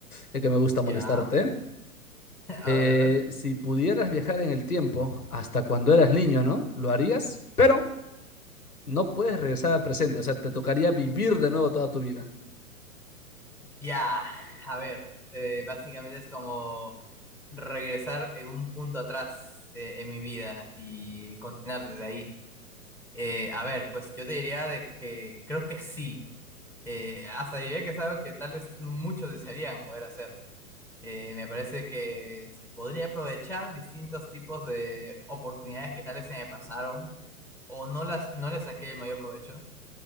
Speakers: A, on the left; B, in the centre.
A: ya que me gusta
B: Ya,
A: molestarte.
B: <laughs> a
A: Eh,
B: ver, a ver.
A: si pudieras viajar en el tiempo hasta cuando eras niño, ¿no? Lo harías, pero no puedes regresar al presente. O sea, te tocaría vivir de nuevo toda tu vida.
B: Ya, a ver. eh, básicamente es como regresar en un punto atrás eh, en mi vida y continuar desde ahí. Eh, a ver, pues yo te diría de que creo que sí. Eh, hasta diría que es algo que tal vez muchos desearían poder hacer. Eh, me parece que podría aprovechar distintos tipos de oportunidades que tal vez se me pasaron o no las no les saqué el mayor provecho.